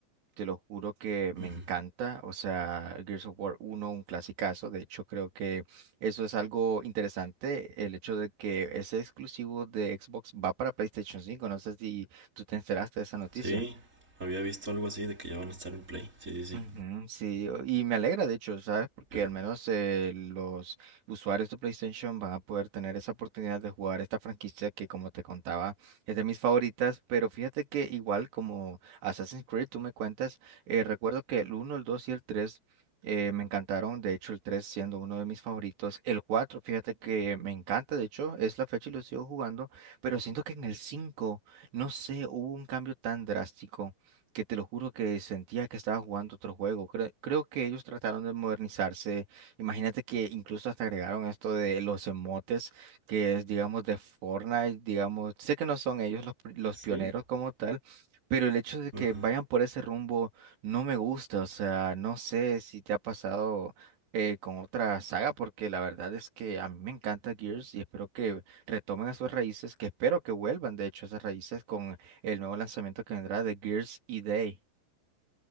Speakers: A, on the right (about 75°); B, on the right (about 20°).
A: Te lo juro que me
B: ujú.
A: encanta, o sea, Gears of War uno, un clasicazo, de hecho creo que eso es algo interesante, el hecho de que ese exclusivo de Xbox va para PlayStation cinco. no sé si tú te enteraste de esa noticia.
B: Sí, había visto algo así de que ya van a estar en Play. Sí, sí, sí.
A: Ujú, sí, o- y me alegra de hecho, ¿sabes? Porque
B: Eh,
A: al menos eh, los usuarios de PlayStation van a poder tener esa oportunidad de jugar esta franquicia que, como te contaba, es de mis favoritas, pero fíjate que igual como Assassin's Creed, tú me cuentas, eh, recuerdo que el uno, el 2 y el 3 eh, me encantaron, de hecho el 3 siendo uno de mis favoritos, el 4, fíjate que me encanta, de hecho es la fecha y lo sigo jugando, pero siento que en el cinco no sé, hubo un cambio tan drástico que te lo juro que sentía que estaba jugando otro juego. Creo, creo que ellos trataron de modernizarse. Imagínate que incluso hasta agregaron esto de los emotes, que es, digamos, de Fortnite, digamos, sé que no son ellos los, pri- los
B: ¿Sí?
A: pioneros como tal. Pero el hecho de que
B: Ajá.
A: vayan por ese rumbo no me gusta, o sea, no sé si te ha pasado eh, con otra saga, porque la verdad es que a mí me encanta Gears y espero que retomen a sus raíces, que espero que vuelvan, de hecho, a esas raíces con el nuevo lanzamiento que vendrá de Gears y Day.